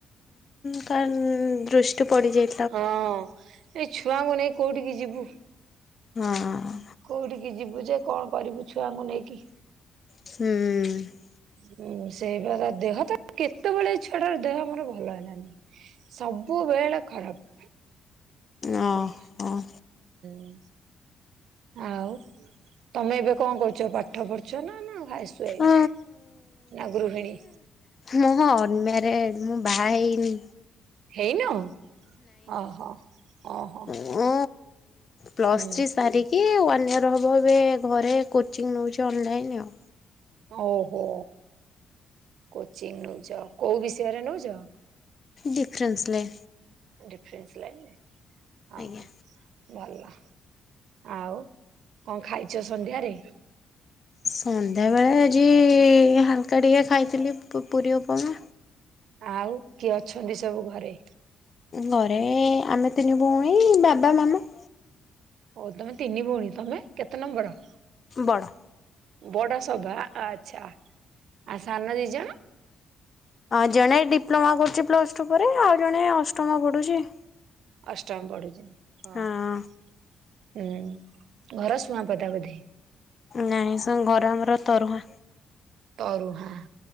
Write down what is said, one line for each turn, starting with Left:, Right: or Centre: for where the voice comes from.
Left: କାହାର ଦୃଷ୍ଟି ପଡିଯାଇଥିବ
Right: ହଁ ଏଇ ଛୁଆଙ୍କୁ ନେଇ କୋଉଠିକୁ ଯିବୁ।
Left: ହଁ।
Right: କୋଉଠିକି ଯିବୁ ଯେ କଣ କରିବୁ ଛୁଆଙ୍କୁ ନେଇକି।
Left: ହୁଁ।
Right: ହଁ ସେଇପ ଦେହ ତ କେତେବେଳେ ଛୁଆଡାର ଦେହ ଆମର ଭଲ ହେଲାନି। ସବୁବେଳେ ଖରାପ।
Left: ଓ
Right: ହୁଏ।
Left: ହଁ।
Right: ହୁଁ ଆଉ ତମେ ଏବେ କଣ କରୁଛ ପାଠ ପଢୁଛ ନା ନା ଭାଇସ ୱାଇଫ?
Left: ଉଁ
Right: ନା ଗୃହିଣୀ?
Left: ହଁ ଅନମାରେଡ ମୁଁ ବାହା ହେଇନି।
Right: ହେଇନୁଁ ଅହୋ ଓହୋ।
Left: ମୁ ପ୍ଲସଥ୍ରୀ
Right: ହୁଁ।
Left: ସାରି କିଏ ୱାନ୍ ଇୟର୍ ହେବ ଏବେ ଘରେ କୋଚିଂ ନେଉଛି ଅନଲାଇନ୍ ଆଉ।
Right: ଓହୋ କୋଚିଂ ନଉଛ କୋଉ ବିଷୟରେ ନଉଛ?
Left: ଡିଫ୍ରେନ୍ସଲେ
Right: ଡିଫରେସ ଲାଇନରେ ଅହଁ
Left: ଆଜ୍ଞା।
Right: ହଁ। ଭଲ ଆଉ କଣ ଖାଇଛ ସନ୍ଧ୍ୟାରେ?
Left: ସନ୍ଧ୍ୟା ବେଳେ ଆଜି ହାଲକା ଟିକେ ଖାଇଥିଲି ପୁରୀ ଉପମା।
Right: ଆଉ କିଏ ଅଛନ୍ତି ସବୁ ଘରେ?
Left: ଘରେ ଆମେ ତିନି ଭଉଣୀ ବାବା ମାମା
Right: ହଉ ତମେ ତିନି ଭଉଣୀ ତମେ କେତେ ନମ୍ବର?
Left: ବଡ଼
Right: ବଡ ସଭା ଆଃ ଆଚ୍ଛା ଆ ସାନ ଦିଜଣ?
Left: ହଁ ଜଣେ ଡିପ୍ଲୋମା କରୁଛି ପ୍ଲସ ଟୁ ପରେ ଆଉ ଜଣେ ଅଷ୍ଟମ ପଢୁଛି।
Right: ଅଷ୍ଟମ ପଢୁଛନ୍ତି ଓହୋ
Left: ହଁ।
Right: ହୁଁ ଘର ଶୁଆଁପଦା ବୋଧେ।
Left: ନାହିଁ ସାଙ୍ଗ ଘର ଆମର ତରୁଆ
Right: ତରୁଆଃ